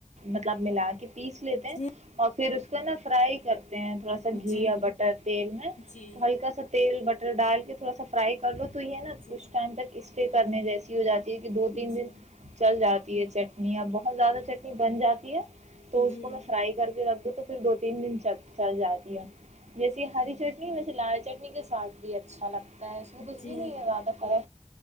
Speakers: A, on the right; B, on the left.
A: مطلب ملا کے پیس لیتے ہیں
B: جی
A: اور پھر اس کو نا فرائی کرتے ہیں تھوڑا سا گھی
B: جی
A: بٹر تیل میں
B: جی
A: تو ہلکا سا تیل بٹر ڈال کے تھوڑا س فرائی کر لو تو یہ ہے نا
B: جی
A: کچھ ٹائم تک اس کرنے جیسے جات ج دو تین
B: جی
A: دن چل جاتا ت چار <unintelligible> نی اب بہت زیادہ چٹنی بن جاتی <inaudible> تو اس
B: جی
A: کو میں فرائی کر کے رکھ دوں تو پھر دو ت تین دن چ چا جات جیسے ہری چٹنی ویسے لال چٹنی کے ساتھ بھی اچھا لگتا ہے پ اس میں کچھ
B: جی
A: بھی نہیں ہے زیادہ ت خر